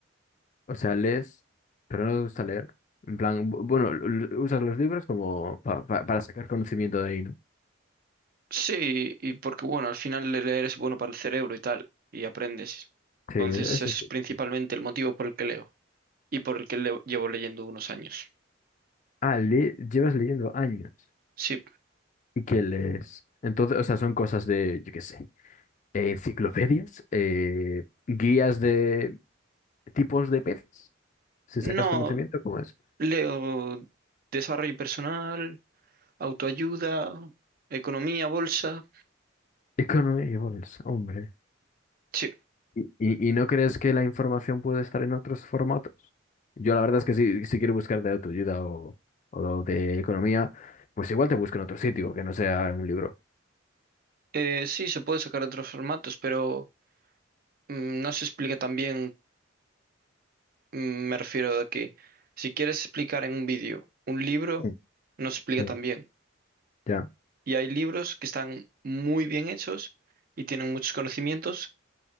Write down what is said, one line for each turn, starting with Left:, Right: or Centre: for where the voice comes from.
Left: O sea, lees, pero no te gusta leer. En plan, bu- bueno, l- l- usas los libros como pa- pa- para sacar conocimiento de ahí, ¿no?
Right: Sí, y porque bueno, al final leer es bueno para el cerebro y tal, y aprendes.
Left: Sí,
Right: Entonces
Left: eso
Right: ese es
Left: sí.
Right: principalmente el motivo por el que leo y por el que leo- llevo leyendo unos años.
Left: Ah, le- llevas leyendo años.
Right: Sí,
Left: ¿Y qué lees? Entonces, o sea, son cosas de, yo qué sé, eh, enciclopedias, eh, guías de tipos de peces. Si
Right: no
Left: sacas conocimiento, ¿cómo es?
Right: leo desarrollo personal, autoayuda, economía, bolsa.
Left: Economía y bolsa, hombre.
Right: Sí,
Left: ¿Y, y- y no crees que la información puede estar en otros formatos? Yo la verdad es que si, si quiero buscar de autoayuda o, o de economía, pues igual te busco en otro sitio que no sea en un libro.
Right: Eh, sí, se puede sacar otros formatos, pero mm, no se explica tan bien. mm, me refiero a que si quieres explicar en un vídeo un libro,
Left: Mm,
Right: no se explica
Left: Sí.
Right: tan bien.
Left: Ya,
Right: y hay libros que están muy bien hechos y tienen muchos conocimientos.